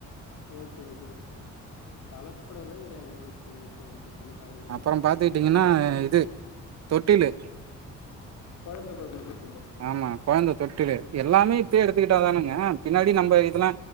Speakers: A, on the left; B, on the right.
A: ஓகே ஓகே தலப்படமே கிடையாது ஓகே ஓகே ஓகே பண்ணிக்கலாம் வெஸ்டாண்ட்லயே
B: அப்புறம் பாத்துக்கிட்டீங்கன்னா
A: போட்டுக்கலாம்
B: இது தொட்டிலு
A: குழந்தை பிறந்த பத்தியில
B: ஆமா குழந்த தொட்டிலு எல்லாமே இப்பயே எடுத்துக்கிட்டாதானங்க ஆஹ் பின்னாடி நம்ம இதெல்லா